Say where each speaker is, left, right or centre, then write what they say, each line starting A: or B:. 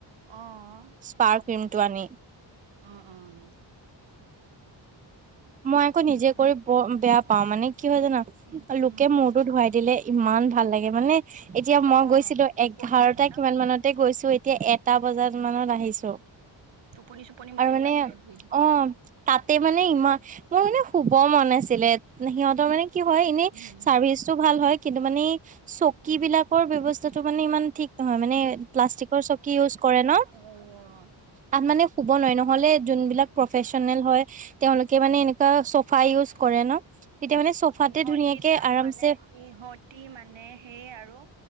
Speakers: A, on the right; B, on the right.
A: অহ।
B: তাৰ ক্ৰীমটো আনি।
A: অ অ ওম।
B: মই আকৌ নিজে কৰি বেয়া পাওঁ। মানে কি হ'য় জানা
A: উম
B: লোকে
A: উম
B: মূৰতো ধুৱাই। দিলে ইমান ভাল লাগে মানে এতিয়া
A: অ
B: মই গৈছিলোঁ
A: টোপনি
B: এঘাৰটা
A: লাগে ন
B: কিমান মানতে গৈছোঁ। এতিয়া এটা বজাত মানত। আহিছো
A: টোপনি চোপনি
B: আৰু
A: মাৰিলা
B: মানে
A: নে নাই ভৰি দি পেলাই
B: অ তাত। ত মানে ইমান মোৰ মানে শুব মন আছিলে সিহঁতৰ মানে। কি হয় এনেই
A: উম
B: চাৰ্ভিচটো ভাল হ'য় কিন্তু মানে। চকী
A: উম
B: বিলাকৰ ব্যৱস্থাটো মানে ইমান ঠিক নহয় মানে প্লাষ্টিকৰ চকী ইউজ কৰে ন।
A: হয়।
B: আ মানে শুব নোৱাৰি নহ'লে যোনবিলাক প্ৰফেচনেল হ'য় তেওঁলোকে। মানে
A: উম
B: এনেকুৱা চফা ইউজ কৰে ন। তেতিয়া মানে চফাতে
A: ইহঁতি
B: ধুনীয়াকে
A: তাৰ
B: আৰামছে
A: মানে ইহঁতি মানে সেইয়া আৰু।